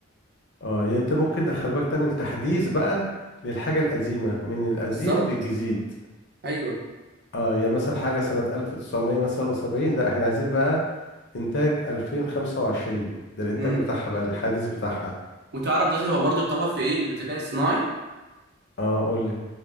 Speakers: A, on the left; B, on the right.
A: اه يعني انت ممكن خلي بالك تعمل تحديث بقى للحاجة القديمة من القديم
B: بالظبط
A: للجديد
B: أيوه
A: اه يا مثلا حاجة سنة 1900 مثلا وسبعين لا احنا عايزين بقى انتاج 2025 ده الانتاج
B: امم
A: بتاعها بقى الحديث بتاعها
B: وتعرف دلوقتي هو برضه اتطور في إيه الذكاء الاصطناعي
A: اه قول لي